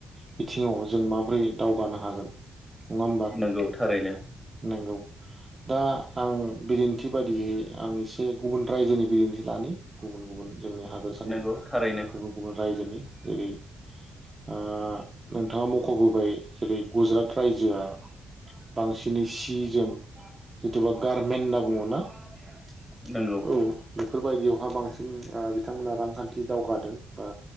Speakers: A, on the right; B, in the centre.
A: बिथिङाव जों माबोरै दावगानो हागोन नङा होमबा
B: नंगौ थारैनो
A: नंगौ दा आं बिदिन्थि बादियै आं एसे गुबुन रायजोनि बिदिन्थि लानि गुबुन गुबुन जोंनि हादोरसानि
B: नंगौ थारैनो
A: गुबुन रायजोनि जेरै आ नोंथाङा मख'बोबाय जेरै गुजरात रायजोआ बांसिन <unintelligible> सि जोंम जेथ'बा गारमेनटाव <unintelligible> औ
B: नंगौ
A: <unintelligible> बेफोरबायदियावहाय बांसिन आ बिथांमोनहा रांखान्थि दावगादों दा